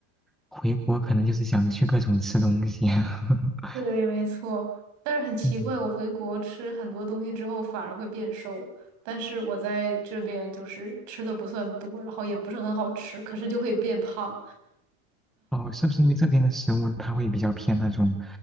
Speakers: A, in the centre; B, on the right.
A: 回国可能就是想去各种吃东西。<laughs>
B: 对，没错。但是很奇怪，
A: 嗯，
B: 我回国吃很多东西之后反而会变瘦，但是我在这边就是吃的不算多，然后也不是很好吃，可是就会变胖。
A: 哦，是不是因为这边的食物它会比较偏那种